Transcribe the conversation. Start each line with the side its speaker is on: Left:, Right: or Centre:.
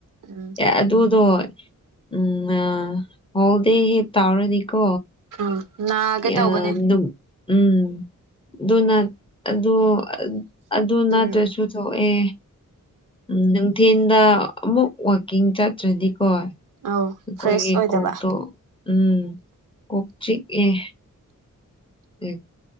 Right: ꯎꯝ
Left: ꯑ ꯑꯗꯨꯗꯣ ꯎꯝ ꯑ ꯍꯗ ꯍꯦ ꯇꯥꯔꯔꯗꯤꯀꯣ
Right: ꯎꯝ ꯅꯥꯒꯦ ꯇꯧꯕꯅꯦ
Left: ꯑ ꯑꯗꯨ ꯎꯝ ꯑꯗꯨ ꯑꯗꯨ ꯑꯗꯨ ꯅꯠꯇ꯭ꯔꯁꯨ
Right: ꯎꯝ
Left: ꯊꯣꯛꯑꯦ ꯎꯝ ꯅꯨꯡꯊꯤꯟꯗ ꯑꯃꯨꯛ ꯋꯥꯋꯥꯛꯀꯤꯡ ꯆꯠꯇ꯭ꯔꯗꯤꯀꯣ ꯑꯩꯈꯣꯏꯒꯤ
Right: ꯑꯧ ꯐ꯭ꯔꯦꯁ ꯑꯣꯏꯗꯕ
Left: ꯀꯣꯛꯗ ꯎꯝ ꯀꯣꯛ ꯆꯤ ꯑꯦ ꯦ